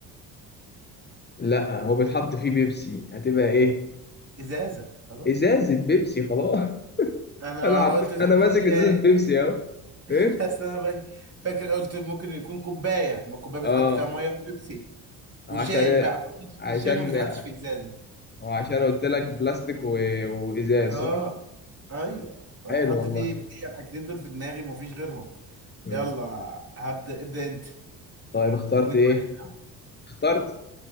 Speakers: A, on the left (about 20°); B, on the right (about 35°).
A: لا هو بيتحط فيه بيبسي هتبقى ايه
B: ازازه خلاص
A: ازازه بيبسي خلاص <laughs>
B: انا
A: انا عارف
B: قلت بتحط
A: انا ماسك
B: فيه شاي
A: ازازه بيبسي اهو
B: <laughs>
A: ايه
B: بس انا فاك- فاكر قلت ممكن يكون كوبايه ما الكوبايه بتحط
A: اه
B: فيها ميه وبيبسي
A: عشان
B: وشاي بقى مفيش-
A: عشان
B: الشاي ما بيتحطش في ازازه
A: عشان قلت لك بلاستيك و... وازاز
B: اه
A: صح
B: ايوه بتحط
A: حلو والله
B: فيه هي الحاجتين دول في دماغي ومفيش غيرهم
A: مم.
B: يلا هبدا ابدا انت
A: طيب اخترت
B: اتنين
A: ايه
B: واحد ها
A: اخترت